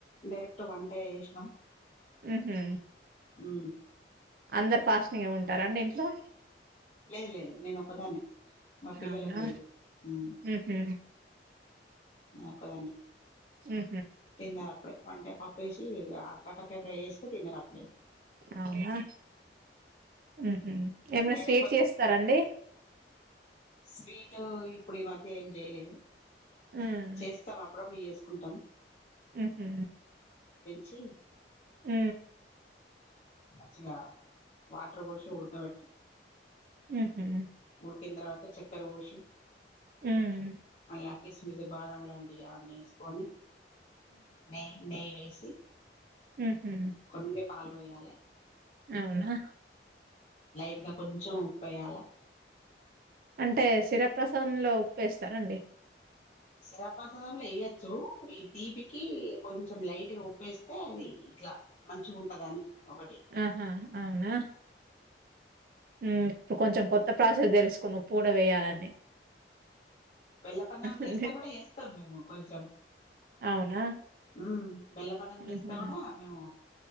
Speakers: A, on the left; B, on the right.
A: డైరెక్ట్ వంట చేశ్నం.
B: ఉహు
A: హు
B: అందరు ఫాస్టింగే ఉంటారండి ఇంట్లో
A: లేదు లేదు నేను ఒక్కదాన్నే మా పిల్లలకు
B: అవునా
A: లేదు. ఉ
B: ఉహు
A: నే ఒకదాన్నే
B: హు
A: తిన్నారప్పుడే అంటే పప్పేసి ఇగ కాకరకాయ ఫ్రై చేేస్తే తిన్నారప్
B: అవునా హుహు ఏమైనా
A: నేనే
B: స్వీట్
A: కొంచెం
B: చేస్తారఅండి
A: స్వీట్ టు ఇప్పుడు ఈ మధ్య ఏం చేయలేదు
B: ఉమ్
A: చేస్తాం. అప్పుడప్పుడు చేసుకుంటాం.
B: హుహూ
A: చిల్
B: ఊ
A: మంచిగా వాటర్ పోషి ఉడుక పెట్టి
B: ఉహు
A: ఉడికిన తర్వాత చక్కెర వోషి
B: ఉహు
A: ఇలా కిస్మిస్ బాదం లాంటివి అవన్నీ వేసుకొని నెయి నెయ్యి వేసి
B: హుహు
A: కొన్ని పాలు వొయ్యాలే
B: అవునా
A: లైట్గా కొంచెం ఉప్పెయాల
B: అంటే శిరప్రసాదంలో ఉప్పేస్తారండి
A: శిరపసాదంలో వెయెచ్చు ఈ తీపికి కొంచెం లైట్ గాఉప్పేస్తే అది ఇట్లా మంచిగుంటదని అని ఒకటి
B: ఆహా అవునా ఉమ్ ఇప్పుడు కొంచెం కొత్త ప్రాసెస్ తెలుసుకున్న ఉప్పు కూడా వేయాలని
A: బెల్లపన్నం చేస్తె
B: అండి
A: కూడ ఏస్తాం మేము కొంచెం
B: అవునా
A: ఉమ్ బెల్లపన్నంచేస్తే
B: ఉహు
A: కూడా మేము